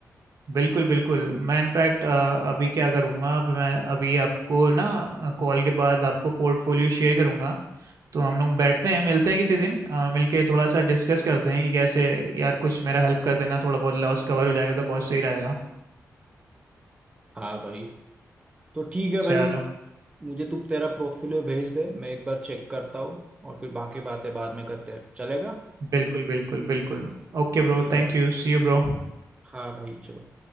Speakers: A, on the right; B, on the right.
A: बिल्कुल बिल्कुल मैं इनफैक्ट अभी क्या करूँगा अभी मैं अभी आपको ना कॉल के बाद आपको पोर्टफोलियो शेयर करूँगा तो हम लोग बैठते हैं मिलते हैं किसी दिन अ, मिलके थोड़ा सा डिस्कस करते हैं कि कैसे यार कुछ मेरा हेल्प कर देना थोड़ा बहुत लॉस कवर हो जाएगा तो बहुत सही रहेगा
B: हाँ भाई तो ठीक है
A: चलो
B: भाई मुझे तू तेरा पोर्टफोलियो भेज दे मैं एक बार चेक करता हूँ और फिर बाकी बातें बाद में करते हैं चलेगा
A: बिल्कुल बिल्कुल बिल्कुल Okay bro
B: ठीक है
A: thank
B: भाई
A: you see you bro
B: हाँ भाई चलो